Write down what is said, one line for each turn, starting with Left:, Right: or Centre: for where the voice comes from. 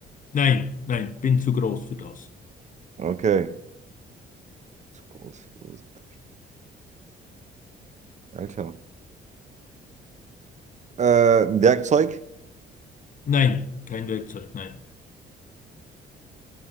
Left: nein, nein, bin zu groß für das.
Right: Okay. Zu groß für die Hosentasche. Alter. Äh, ein Werkzeug?
Left: Nein, kein Werkzeug, nein.